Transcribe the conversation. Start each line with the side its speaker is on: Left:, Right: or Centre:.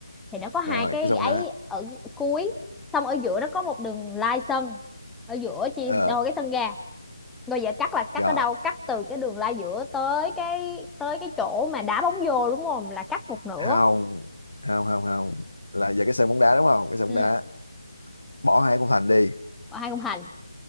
Centre: thì nó có hai
Left: rồi
Centre: cái
Left: cái xong
Centre: ấy
Left: nè
Centre: ở cuối xong ở giữa nó có một đường lai sân ở giữa chia
Left: ờ
Centre: đôi cái sân ra rồi giờ cắt là cắt
Left: rồi
Centre: ở đâu cắt từ cái đường lai giữa tới cái tới cái chỗ mà đá bóng vô đúng không là cắt một nửa
Left: hao hao hao hao là giờ cái sân bóng đá đúng không cái sân
Centre: ừ
Left: bóng đá bỏ hai khung thành đi
Centre: và hai khung thành